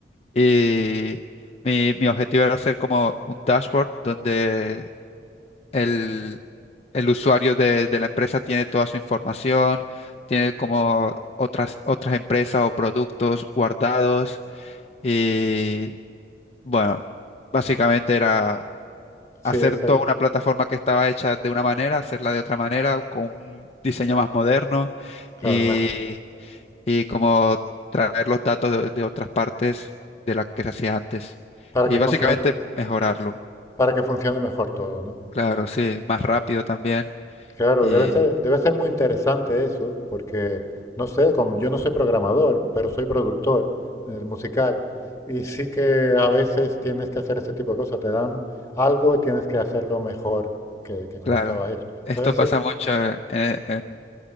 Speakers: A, on the left; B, on the left.
A: Y mi, mi objetivo era hacer como un dashboard donde el, el usuario de, de la empresa tiene toda su información, tiene como otras, otras empresas o productos guardados y bueno, básicamente era
B: Sí,
A: hacer
B: ese,
A: toda una plataforma que estaba hecha de una manera, hacerla de otra manera, con un diseño más moderno
B: claro,
A: y,
B: mejor.
A: y como traer los datos de, de otras partes de las que se hacía antes
B: Para
A: y
B: que
A: básicamente
B: funcione.
A: mejorarlo.
B: para que funcione mejor todo, ¿no?
A: Claro, sí, más rápido también.
B: Claro,
A: Y
B: debe ser, debe ser muy interesante eso, porque, no sé, como yo no soy programador, pero soy productor eh, musical, y sí que a veces tienes que hacer ese tipo de cosas, te dan algo y tienes que hacerlo mejor que, que como
A: Claro,
B: estaba hecho.
A: esto
B: Entonces,
A: pasa
B: eh,
A: mucho eh, en,